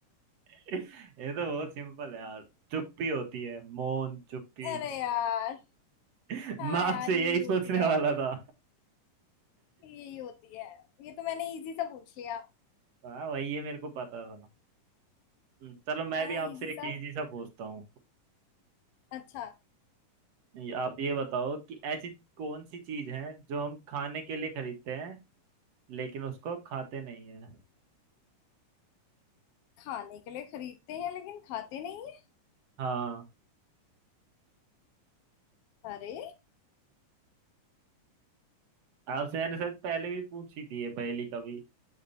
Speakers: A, on the right (about 60°); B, on the left (about 70°).
A: ये तो बहुत सिंपल है यार चुप्पी होती है मौन चुप्पी
B: अरे यार
A: <laughs>
B: हाँ
A: मैं आपसे
B: यार यही
A: यही
B: होती
A: सोचने
B: है
A: वाला था
B: यही होती है ये तो मैंने इजी सा पूछ लिया
A: हाँ वही ये मेरे को पता था हम्म, चलो मैं
B: है
A: भी
B: ना
A: आपसे
B: इजी
A: एक
B: सा
A: इजी सा पूछता हूँ
B: अच्छा
A: ये- आप ये बताओ कि ऐसी कौन सी चीज है जो हम खाने के लिए खरीदते हैं लेकिन उसको खाते नहीं है
B: खाने के लिए खरीदते हैं लेकिन खाते नहीं है
A: हाँ
B: अरे
A: आपसे मैंने शायद पहले भी पूछी थी ये पहेली कभी